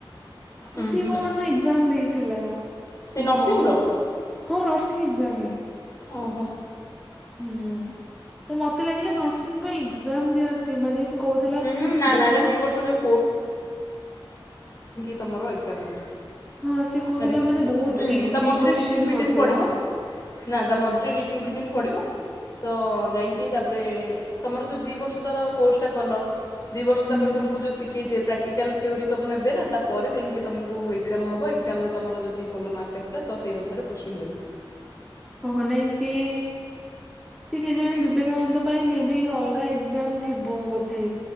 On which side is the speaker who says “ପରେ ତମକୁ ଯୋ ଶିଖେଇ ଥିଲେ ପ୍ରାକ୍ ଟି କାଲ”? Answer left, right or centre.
Left